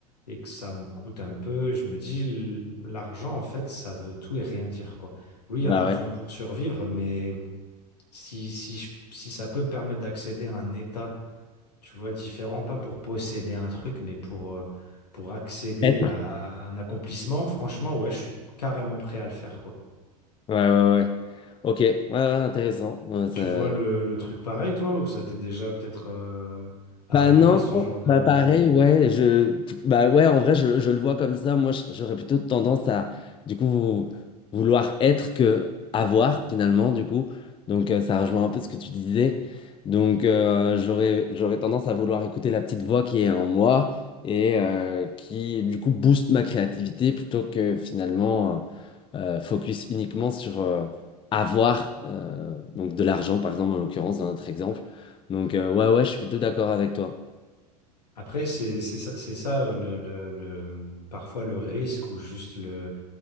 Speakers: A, on the left (about 80°); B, on the left (about 25°).
A: et que ça me coûte un peu. Je me dis, l- l'argent, en fait, ça veut tout et rien dire, quoi. Oui, il y
B: Bah
A: en a besoin
B: ouais.
A: pour survivre, mais si, si, je- si ça peut me permettre d'accéder à un état, tu vois, différent, pas pour posséder un truc, mais pour, euh, pour accéder
B: être
A: à un accomplissement, franchement, ouais, je suis carrément prêt à le faire, quoi.
B: Ouais, ouais, ouais. Ok, ouais, ouais, intéressant. Ouais,
A: Tu
B: ça-
A: vois le, le truc pareil, toi, ou ça t'est déjà peut-être euh, arrivé,
B: Bah non,
A: ce genre de...
B: bah pareil, ouais, je, t- bah ouais, en vrai, je, je le vois comme ça. Moi, je- j'aurais plutôt tendance à, du coup, vou- vouloir être que avoir finalement, du coup. Donc, euh, ça rejoint un peu ce que tu disais. Donc, euh, j'aurais, j'aurais tendance à vouloir écouter la petite voix qui est en moi et euh, qui, du coup, booste ma créativité plutôt que finalement euh, euh, focus uniquement sur euh, avoir, euh, donc de l'argent, par exemple, en l'occurrence, dans notre exemple. Donc, euh, ouais, ouais, je suis plutôt d'accord avec toi.
A: Après, c'est c'est ça, c'est ça euh, le, le- le- parfois le risque ou juste le,